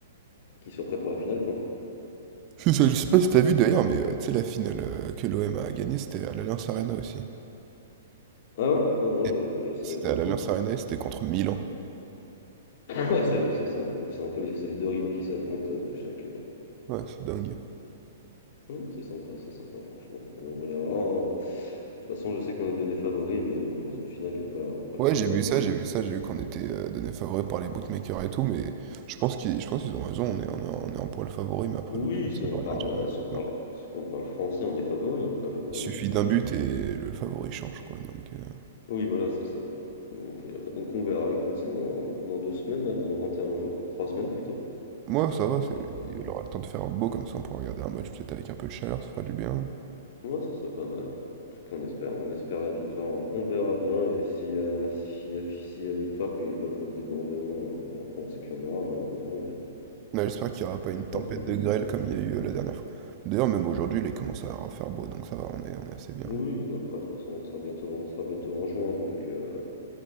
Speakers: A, on the left; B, on the right.
A: qu'ils soient prêts pour la finale, quoi.
B: <laughs> C'est ça, je sais pas si t'as vu
A: Donc-
B: d'ailleurs, mais euh, tu sais, la finale euh, que l'OM a gagnée, c'était à l'Allianz Arena aussi.
A: Ah ouais? Ah non,
B: Et
A: je je savais
B: C'était
A: pas
B: à l'Allianz
A: pour le coup.
B: Arena et c'était contre Milan.
A: <laughs> Ouais, ça je sais ça. Donc c'est un peu les, c'est les deux rivaux qui s'affrontent euh, de chaque... euh,
B: Ouais, c'est dingue.
A: Ah non, c'est sympa, c'est sympa franchement. On verra. hein. De toute façon, je sais qu'on est donné favori, mais bon, dans une finale, il n'y a pas, pas forcément
B: Ouais, j'ai vu
A: de...
B: ça, j'ai vu ça, j'ai vu qu'on était euh, donné favori par les bookmakers et tout, mais je pense qu'ils je pense qu'ils ont raison, on est, on est, on est en poil favori, mais après
A: Oui,
B: le foot,
A: si
B: ça
A: on
B: va
A: parle,
B: rien dire
A: euh,
B: de foot,
A: si on parle,
B: hein.
A: si on parle français, on est favori. Après, faut pas
B: Il suffit
A: non plus...
B: d'un
A: euh,
B: but et le favori change, quoi. Donc, euh,
A: Oui, voilà, c'est ça. Donc, euh, donc on verra, écoute, c'est dans, dans deux semaines, là, dans 21 jours, trois semaines plutôt.
B: moi, ça va, c'est-
A: Et euh,
B: il aura le temps de faire beau comme ça, on pourra regarder un match peut-être avec un peu de chaleur, ça fera du bien.
A: ouais, ça serait pas mal. En tout cas, on espère, on espère la victoire, on, on verra bien. Et si, euh, si, si y a victoire, qu'il n'y ait pas trop de débordements, euh, bon, après, on sait qu'il y en aura, malheureusement, mais bon,
B: Non, j'espère qu'il n'y aura pas
A: qu'il
B: une
A: n'y
B: tempête
A: ait pas trop de.
B: de grêle comme il y a eu euh, la dernière fois. D'ailleurs, même aujourd'hui, il commence à refaire beau, donc ça va, on est, on est assez bien
A: Oui,
B: là.
A: après, de toute façon, on sera bientôt, on sera bientôt en juin, donc. euh,